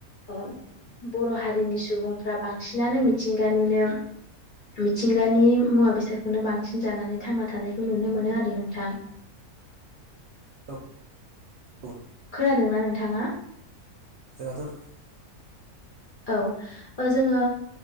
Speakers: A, on the left (about 45°); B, on the right (about 65°).
A: ओ बर हारिनि सुबुंफ्रा बांसिनानो मिथिंगानिनो मिथिंगानि मुवा बेसादखौनो बांसिन जानानै थांना थानायखौ नुनो मोनो आरो नोंथां।
B: औ औ
A: खोनादोंना नोंथाङा
B: जोंहाथ <unintelligible>
A: औ ओ जोङो